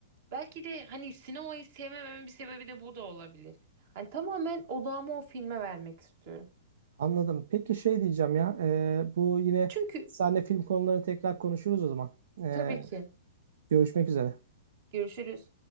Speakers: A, on the right; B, on the right.
A: Belki de hani sinemayı sevmememin bir sebebi de bu da olabilir. Hani tamamen odağımı o filme vermek istiyorum.
B: Anladım. Peki şey diyeceğim ya. ee, bu yine
A: Çünkü
B: seninle film konularını tekrar konuşuruz o zaman. Ee,
A: tabii ki
B: görüşmek üzere.
A: Görüşürüz.